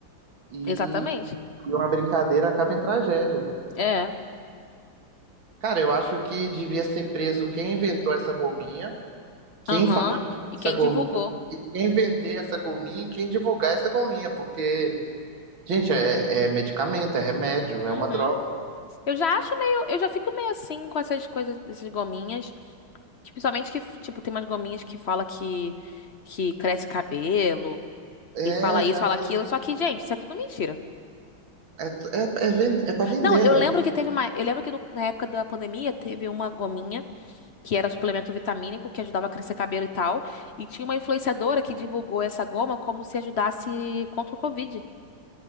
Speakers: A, on the right; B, on the left.
A: E,
B: exatamente.
A: e uma brincadeira acaba em tragédia.
B: É.
A: Cara, eu acho que devia ser preso quem inventou essa gominha, quem
B: Aham.
A: fabricou
B: E
A: essa
B: quem
A: gominha,
B: divulgou?
A: quem vender essa gominha e quem divulgar essa gominha, porque, gente, é, é medicamento, é remédio,
B: Uhum.
A: é uma droga.
B: Eu já acho meio, eu já fico meio assim com essas coisas, essas gominhas, que principalmente que, tipo, tem umas gominhas que fala que que cresce cabelo
A: É,
B: e fala isso,
A: já
B: fala
A: vi.
B: aquilo, só que, gente, isso é tudo mentira.
A: É, é, é, ven- é pra vender,
B: Não, eu
A: né?
B: lembro que teve uma, eu lembro que no- na época da pandemia teve uma gominha que era suplemento vitamínico que ajudava a crescer cabelo e tal, e tinha uma influenciadora que divulgou essa goma como se ajudasse contra o Covid.